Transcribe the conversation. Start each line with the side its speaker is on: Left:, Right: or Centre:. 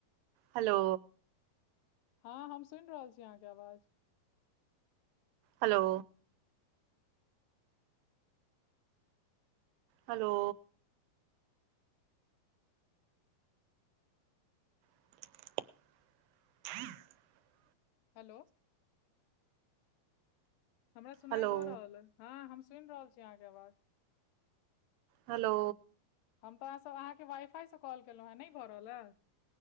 Right: हेलो
Left: हँ हम सुनि रहल छी अहाँके आवाज
Right: हेलो हेलो <unintelligible>
Left: हेलो हमरा सुनाई
Right: हेलो
Left: दऽ रहल हँ हम सुनि रहल छी अहाँके आवाज
Right: हेलो
Left: हम तऽ अहाँसे अहाँके वाइ फाईसँ कॉल केलहुँ हँ नहि भऽ रहल ह